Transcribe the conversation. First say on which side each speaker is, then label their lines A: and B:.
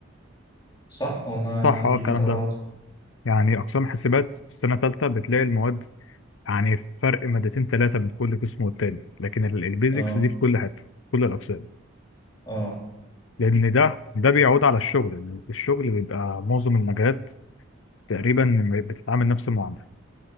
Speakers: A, on the left (about 20°); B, on the left (about 70°).
A: صح ولا أنا
B: صح
A: عندي
B: اه الكلام
A: فكرة
B: ده
A: غلط؟
B: يعني أقسام حاسبات في السنة الثالثة بتلاقي المواد يعني فرق مادتين ثلاثة بين كل قسم والتاني لكن البيزكس
A: اه
B: دي في كل حتة في كل الأقسام
A: اه
B: لأن ده ده بيعود على الشغل لأن الشغل بيبقى معظم المجالات تقريبا بتتعامل نفس المعاملة